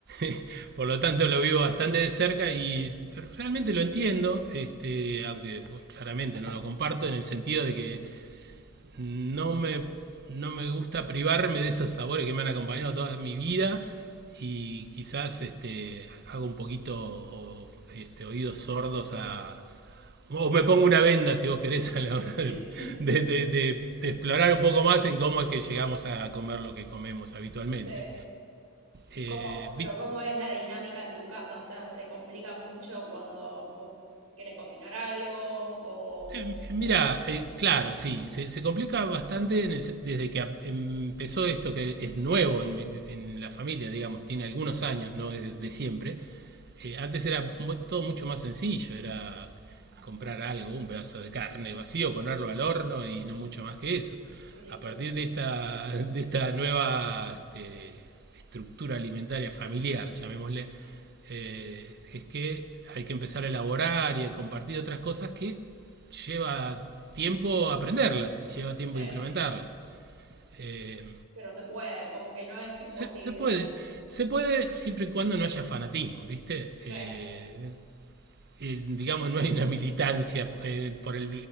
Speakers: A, on the right (about 50°); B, on the right (about 75°).
A: <laughs> por lo tanto lo vivo bastante de cerca y realmente lo entiendo, este, aunque pues, claramente no lo comparto en el sentido de que no me, no me gusta privarme de esos sabores que me han acompañado toda mi vida y quizás este, hago un poquito o, este, oídos sordos a... O me pongo una venda, si vos querés, <laughs> a la hora
B: Sí,
A: de,
B: <laughs>
A: de- de- de- de explorar un poco más en cómo es que llegamos a comer lo que comemos habitualmente.
B: sí. ¿Y
A: Eh,
B: cómo, pero cómo es la dinámica en tu casa? O sea, ¿se complica mucho cuando vos querés cocinar algo o,
A: Eh,
B: o
A: mira,
B: sea,
A: eh, claro, sí, se, se complica bastante en el se- desde que ap- empezó esto que es nuevo en, mi- en la familia, digamos, tiene algunos años, no es de, de siempre, eh, antes era todo mucho más sencillo, era comprar algo, un pedazo de carne vacío, ponerlo al horno y no mucho más que eso.
B: y listo.
A: A partir de esta, de esta nueva este, estructura alimentaria familiar, llamémosle, eh, es que hay que empezar a elaborar y a compartir otras cosas que lleva tiempo aprenderlas y lleva tiempo
B: Sí,
A: implementarlas. Eh,
B: pero se puede, como que no es imposible.
A: se, se puede, se puede siempre y cuando no haya fanatismo, ¿viste?
B: Sí,
A: Eh, eh, digamos, no hay una militancia eh, por el